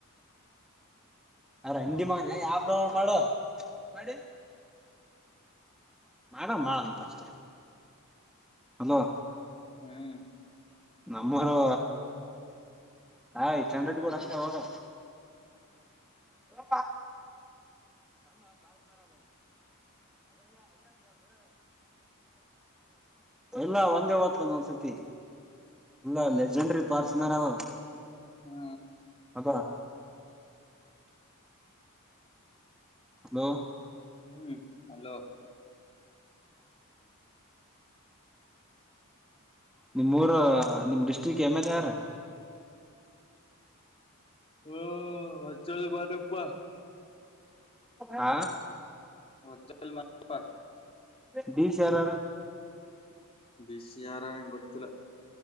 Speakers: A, in the centre; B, on the left (about 25°).
A: <unintelligible> ಮಾಡ ಮಾಡಂತ ಅಷ್ಟೆ ಅಲೋ.
B: ಹ್ಮ್
A: ನಮ್ಮರು ಹ ಇ ಚನ್ ರೆಡ್ಡಿ ಗೌಡ <unintelligible> <unintelligible> ಎಲ್ಲಾ ಒಂದೇ ಹೊತದ ಒಂದೊಂದ್ಸತಿ. ಅಲ್ಲ ಲೆಜೆಂಡರಿ ಫಾರ್ಚೂನ್ರ ಆದ ಅದ.
B: ಹಾ
A: <unintelligible> ಹಲೋ
B: ಹ್ಮ್ ಹಲೋ
A: ನಿಮ್ಮೂರ ನಿಮ್ ಡಿಸ್ಟ್ರಿಕ್ ಎಮ್ ಎಲ್ ಎ ಯಾರ?
B: ಹ್ಮ ಅಜ್ಜಲ್ ಬಾರಪ್ಪಾ.
A: ಆ
B: ವಜ್ಜಲ್ ಮಾರಪ್ಪ
A: ಡಿ ಸಿ ಯಾರ ಹಾರ?
B: ಡಿ ಸಿ ಯಾರ ಹಾನ್ ಗೊತ್ತಿಲ್ಲ.